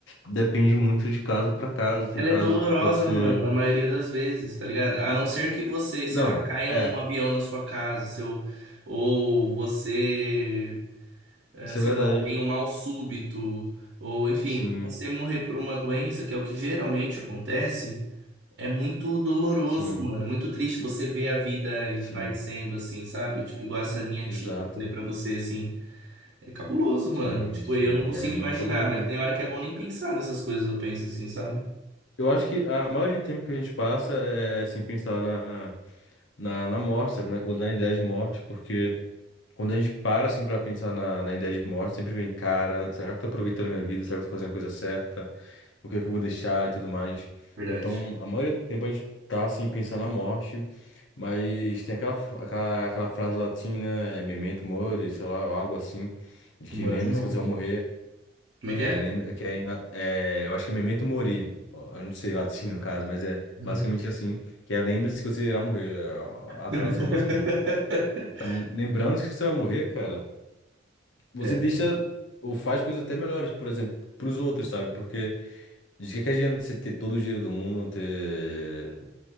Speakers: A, on the left; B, on the right.
A: Depende muito de caso pra caso. Tem
B: Ela
A: casos
B: é dolorosa,
A: que pode ser.
B: mano, na maioria das vezes, tá ligado? A não ser que você, sei
A: Não,
B: lá, caia
A: é.
B: um avião na sua casa, seu, ou você, eh,
A: Isso
B: sei
A: é verdade.
B: lá, tem um mal súbito, ou enfim,
A: Sim,
B: você morrer por uma doença, que é o que geralmente acontece, é muito doloroso,
A: sim,
B: mano, muito triste você ver a vida e
A: sim.
B: vai sendo assim, sabe? Tipo, igual essa minha
A: Exato.
B: tia que eu falei pra você, assim, é cabuloso,
A: Sim,
B: mano. Tipo,
A: sim.
B: eu não consigo
A: É muito
B: imaginar,
A: cabuloso
B: mas
A: mesmo.
B: tem hora que é bom nem pensar nessas coisas, eu penso assim, sabe?
A: Eu acho que a maioria do tempo que a gente passa é assim pensar na, na, na morte, sabe? Na, ou na ideia de morte, porque quando a gente para assim pra pensar na, na ideia de morte, sempre vem, cara, será que eu tô aproveitando a minha vida? Será que eu tô fazendo a coisa certa? O que é que eu vou deixar e tudo mais?
B: Verdade.
A: Então, a maioria do tempo a gente tá assim pensando na morte, mas tem aquela, f- aquela, aquela frase latina, é, memento mori, sei lá, ou algo assim, de
B: Humanos
A: que lembre-se
B: não.
A: que você vai morrer.
B: Como é
A: É,
B: que é?
A: lembra, que é, em la- é, eu acho que é Memento Mori. Ó, Eu não sei latim no caso, mas é
B: Hum.
A: basicamente assim, que é lembre-se que você irá morrer, é a, a
B: <laughs>
A: tradução basicamente. Então, lembrando que você vai morrer, cara, você
B: É.
A: deixa ou faz coisas até melhores, por exemplo, pros outros, sabe? Porque de que que adianta você ter todo o dinheiro do mundo, ter,